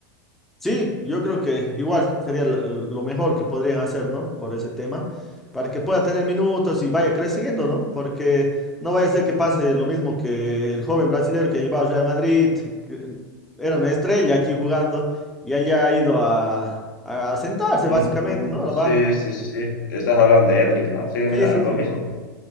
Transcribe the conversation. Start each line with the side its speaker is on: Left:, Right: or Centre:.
Centre: Sí, yo creo que igual sería lo lo mejor que podrían hacer, ¿no? Por ese tema, para que pueda tener minutos y vaya creciendo, ¿no? Porque no vaya a ser que pase lo mismo que el joven brasileño que llevaba al Real Madrid, que era una estrella aquí jugando y haya ido a, a sentarse básicamente,
Left: Mm,
Centre: ¿no? A la
Left: Sí,
Centre: banca.
Left: sí, sí, sí. Estás hablando de Hendrik, ¿no? Sí, mira,
Centre: Sí, sí,
Left: lo
Centre: sí.
Left: mismo.